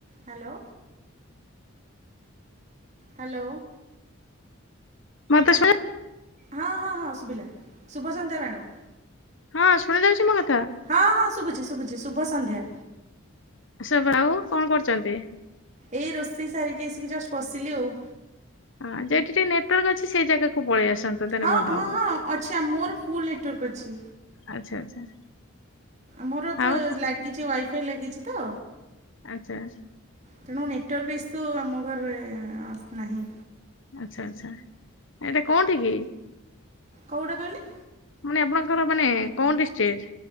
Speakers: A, on the right; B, on the left.
A: Hello! Hello.
B: ମତେ ସ
A: ହଁ ହଁ ହଁ ଶୁଭିଲା ସୁଭସନ୍ତ ମ୍ୟାଡ଼ାମ।
B: ହଁ ଶୁଣି ଯାଉଛି ମୋତ
A: ହଁ ହଁ ଶୁଭୁଛି ଶୁଭୁଛି ଶୁଭ ସଂନ୍ଧ୍ୟା।
B: ଆ ସେ ଭାଉ କଣ କରୁଛନ୍ତି?
A: ଏଇ ରୋଷେଇ ସାରିକି ଆସିକି ଜଷ୍ଟ ବସିଲି ଆଉ।
B: ହଁ ଯଉଠି ଟିକେ ନେଟୱାର୍କ ଅଛି ସେଇ ଜାଗାକୁ ପଳେଇ ଆସଛି। ନ୍ତଲେ
A: ହଁ
B: ଭଲ
A: ହଁ
B: ହବ
A: ହଁ ଅଛି ମୋର ଫୁଲ୍ ନେଟୱାର୍କ ଅଛି
B: ଆଚ୍ଛା ଆଚ୍ଛା।
A: ମୋର ତ
B: ଆଉ
A: ଲାଗିଛି ୱାଇଫାଇ ଲାଗିଛି ତ
B: ଆଚ୍ଛା।
A: ତେଣୁ ନେଟୱର୍କ ଇସ୍ ତୁ ଆମ ଘର ନାହିଁ।
B: ଆଚ୍ଛା ଆଛା ଏଇଟା କୋଉଠ କି?
A: କୋଉଟା ଗଲେ
B: ମାନେ ଆପଣଙ୍କର ମାନେ କୋଉଠି ଷ୍ଟଟ?